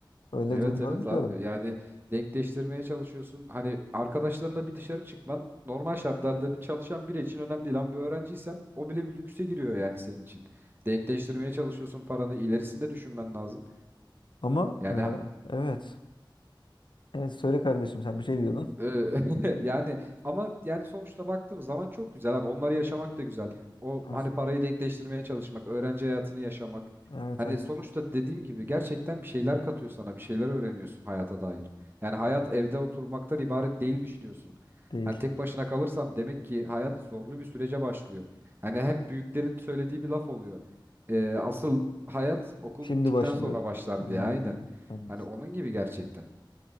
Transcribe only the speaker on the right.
Evet
evet
abi yani denkleştirmeye çalışıyorsun. Hani arkadaşlarınla bir dışarı çıkman normal şartlarda bir çalışan biri için önemli değil ama bir öğrenciysen o bile bir lükse giriyor yani senin için. Denkleştirmeye çalışıyorsun paranı ilerisinde düşünmen lazım.
Yani
Ee, <laughs> yani ama yani sonuçta baktığım zaman çok güzel abi. Onları yaşamak da güzel. O
hani parayı denkleştirmeye çalışmak, öğrenci hayatını yaşamak.
Hani
sonuçta dediğim gibi gerçekten bir şeyler katıyor sana, bir şeyler öğreniyorsun hayata dair. Yani hayat evde oturmaktan ibaret değilmiş diyorsun.
Hani tek başına kalırsan demek ki hayat zorlu bir sürece başlıyor. Hani hep büyüklerin söylediği bir laf oluyor. Ee, asıl hayat okul
bittikten
sonra başlar
diye aynen.
Hani onun gibi gerçekten.